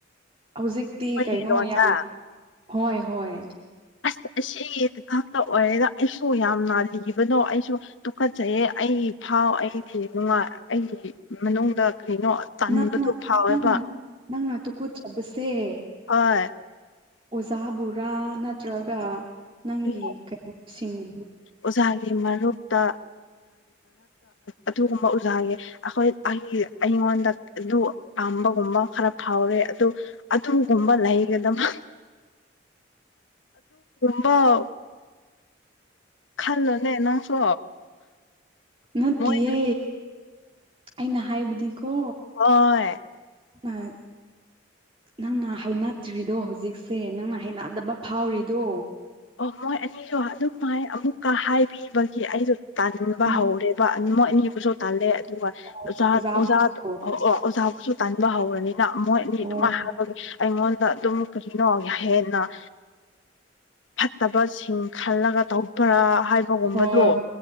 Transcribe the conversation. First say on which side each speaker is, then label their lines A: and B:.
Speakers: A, on the right (about 30°); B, on the left (about 75°).
A: ꯍꯧꯖꯤꯛꯇꯤ
B: ꯑꯩꯈꯣꯏꯒꯤ
A: ꯀꯩꯅꯣ
B: ꯂꯣꯟꯗ
A: ꯌꯥꯝ ꯍꯣꯏ ꯍꯣꯏ
B: ꯑꯁ ꯑꯁꯤ ꯉꯥꯛꯇ ꯑꯣꯏꯔꯦꯗ ꯑꯩꯁꯨ ꯌꯥꯝꯅ ꯂꯤꯕꯅꯣ ꯑꯩꯁꯨ ꯇꯨꯈꯠꯆꯩꯑ ꯑꯩ ꯑꯩꯒꯤ ꯐꯥꯎ ꯑꯩꯗꯤ ꯅꯨꯡꯉꯥꯏ ꯑꯩꯒꯤ ꯃꯅꯨꯡꯗ ꯀꯔꯤꯅꯣ ꯇꯟꯕꯗꯣ
A: ꯅꯪ
B: ꯐꯥꯎꯋꯦꯕ
A: ꯅꯪ ꯅꯪ ꯇꯨꯀꯠꯆꯥꯕꯁꯦ ꯁꯦ
B: ꯍꯣꯏ
A: ꯑꯣꯖꯥ ꯕꯣꯔꯥ ꯅꯠꯇ꯭ꯔꯒ ꯅꯪꯒꯤ
B: <unintelligible>
A: ꯀꯩꯅꯣꯁꯤꯡꯕꯨ
B: ꯑꯣꯖꯥꯒꯤ ꯃꯔꯛꯇ ꯑꯗꯨꯒꯨꯝꯕ ꯑꯣꯖꯥꯒꯤ ꯑꯩꯈꯣꯏ ꯑꯩꯉꯣꯟꯗ ꯑꯗꯨ ꯄꯥꯝꯕꯒꯨꯝꯕ ꯈꯔ ꯐꯥꯎꯔꯦ ꯑꯗꯨ ꯑꯗꯨ ꯂꯩꯒꯗꯃ ꯄꯥꯎ ꯈꯜꯂꯣꯅꯦ ꯅꯪꯁꯨ
A: ꯅꯠꯇꯤꯌꯦ
B: ꯃꯣꯏꯅ
A: ꯑꯩꯅ ꯍꯥꯏꯕꯗꯤ ꯀꯣ
B: ꯍꯣꯏ
A: ꯑ ꯅꯪꯅ ꯍꯩꯅꯗ꯭ꯔꯤꯗꯣ ꯍꯧꯖꯤꯛꯁꯦ ꯅꯪꯅ ꯍꯩꯅꯗꯕ ꯐꯥꯎꯔꯤꯗꯣ
B: ꯑꯣ ꯃꯣꯏ ꯑꯅꯤꯁꯨ ꯑꯗꯨꯝ ꯍꯥꯏꯥꯏ ꯑꯃꯨꯛꯀ ꯍꯥꯏꯕꯤꯕꯒꯤ ꯑꯩꯁꯨ ꯇꯟꯕ
A: ꯎꯝ
B: ꯍꯧꯔꯦꯕ ꯃꯣꯏ ꯑꯅꯤꯕꯨꯁꯨ ꯇꯥꯜꯂꯦ ꯑꯗꯨꯒꯖꯥ
A: ꯑꯣ ꯑꯣꯖꯥꯕꯨꯁꯨ
B: ꯑꯣꯖꯥ ꯑꯣꯖꯥꯕꯨꯁꯨ ꯇꯥꯟꯕ ꯍꯧꯔꯅꯤ ꯃꯣꯏꯑꯅꯤ
A: ꯑꯣ
B: ꯑꯗꯨꯃꯥꯏꯅ ꯍꯥꯏꯕꯒꯤ ꯑꯩꯉꯣꯟꯗ ꯑꯗꯨꯝ ꯀꯔꯤꯅꯣ ꯍꯦꯟꯅ ꯐꯠꯇꯕꯁꯤꯡ ꯈꯜꯂꯒ ꯇꯧꯕ꯭ꯔꯥ ꯍꯥꯏꯕꯒꯨꯝꯕꯗꯣ
A: ꯍꯣꯏ ꯍꯣꯏ